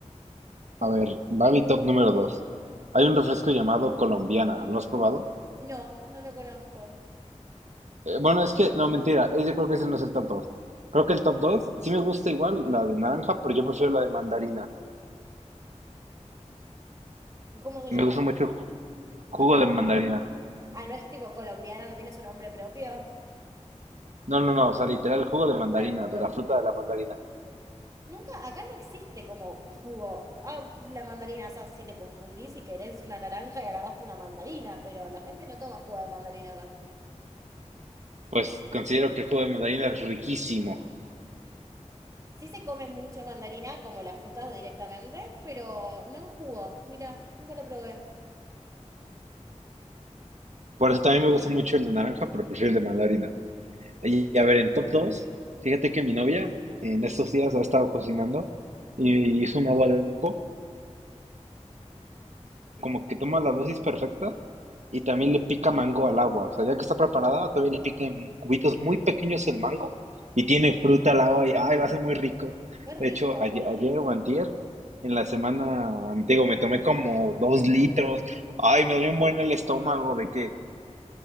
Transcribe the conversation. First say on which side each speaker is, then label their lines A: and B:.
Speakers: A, on the right; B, on the right.
A: A ver, va mi top número 2. Hay un refresco llamado Colombiana. ¿Lo has probado?
B: No, no lo conozco.
A: Eh, bueno, es que, no, mentira. eh, Yo creo que ese no es el top 2. Creo que el top 2 sí me gusta igual la de naranja, pero yo prefiero la de mandarina.
B: ¿Cómo se
A: Me
B: llama?
A: gusta mucho el ju- jugo
B: También-
A: de mandarina.
B: Ah, no es tipo colombiana, no tiene su nombre propio.
A: No, no, no. O sea, literal, el jugo de mandarina,
B: Ah, El jugo,
A: de la fruta de la mandarina.
B: Nunca, acá no existe como jugo. Ah, la mandarina, o sea, si te confundís y querés una naranja y agarraste una mandarina, pero la gente no toma jugo de mandarina acá.
A: Pues considero que el jugo de mandarina es riquísimo.
B: Sí se come mucho mandarina, como las frutas directamente, pero no en jugo. Mira, nunca lo probé.
A: Por eso también me gusta mucho el de naranja, pero prefiero el de mandarina. Y a ver, en top 2, fíjate que mi novia en estos días ha estado cocinando y hizo un agua de coco. como que toma la dosis perfecta y también le pica mango al agua. O sea, ya que está preparada, también le pica en cubitos muy pequeños el mango y tiene fruta al agua y ay, lo hace muy rico.
B: Qué rico,
A: De hecho, ayer, ayer o antier, en la semana, digo, me tomé como dos litros. Ay, me dolió un buen el estómago de que,